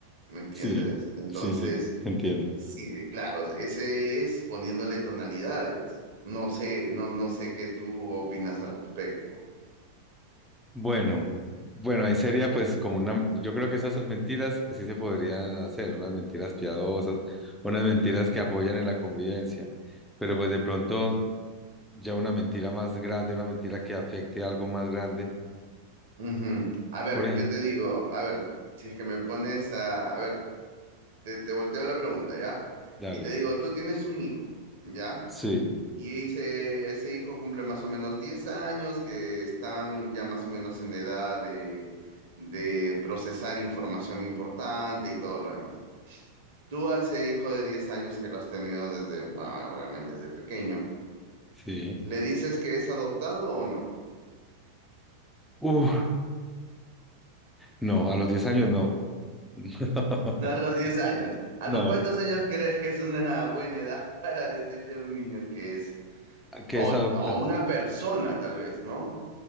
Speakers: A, on the right; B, in the centre.
A: ¿me entiendes?
B: Sí,
A: Entonces,
B: sí, sí, entiendo.
A: sí, eh, claro, ese es poniéndole tonalidades. No sé, no, no sé qué tú opinas al respecto.
B: Bueno, bueno, ahí sería pues como una, yo creo que esas mentiras sí se podrían hacer, unas mentiras piadosas, unas mentiras que apoyan en la convivencia, pero pues de pronto ya una mentira más grande, una mentira que afecte a algo más grande,
A: Ujú. A ver,
B: por ejemplo,
A: yo te digo, a ver, si es que me pones a, a ver, te, te volteo la pregunta, ¿ya?
B: dale,
A: Y te digo, tú tienes un hijo, ¿ya?
B: sí,
A: Y ese, ese hijo cumple más o menos 10 años, que están ya más o menos en la edad de, de procesar información importante y todo lo demás. Tú a ese hijo de 10 años que lo has tenido desde, bueno, obviamente desde pequeño,
B: sí,
A: ¿le dices que es adoptado o no? <laughs>
B: Uf, no, a los 10 años no, <laughs>
A: No a los 10 años. ¿A
B: no,
A: los cuántos años crees que es una buena edad <laughs> para decirle a un niño que es,
B: que
A: o,
B: es adoptar.
A: o una persona tal vez, ¿no?